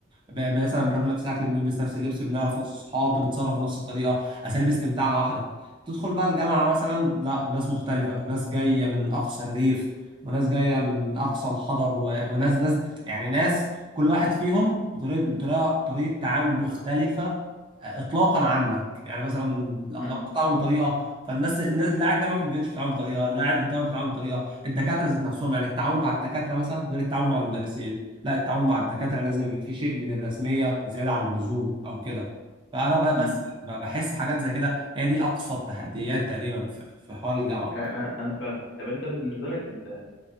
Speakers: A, on the right (about 25°); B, on the left (about 65°).
A: ب- مثلا بناكل نفس الاكل بنلبس نفس اللبس بنعرف نفس الصحاب بنتصرف بنفس الطريقه اساليب استمتاعنا واحده تدخل بقى الجامعه مثلا لا ناس مختلفه ناس جايه من اقصى الريف وناس جايه من اقصى الحضر و... وناس ناس يعني ناس كل واحد فيهم بطريقه بطريقه طريقه تعامل مختلفه آه، اطلاقا عنك يعني مثلا لا-
B: مم.
A: لو انت بتتعامل بطريقه فالناس الناس- اللي قاعد جنبك في البنش بتتعامل بطريقه اللي قاعد قدامك بتتعامل بطريقه الدكاتره ذات نفسهم يعني التعامل مع الدكاتره مثلا غير التعامل مع المدرسين لا التعامل مع الدكاترة لازم يبقى فيه شيء من الرسمية زيادة عن اللزوم أو كده فأنا بقى
B: مم.
A: بس ب- بحس حاجات زي كده هي دي أقصى التحديات تقريبا في في- في حوار الجامعة
B: أ- أ- أنا فاهمك طب أنت بالنسبة لك أنت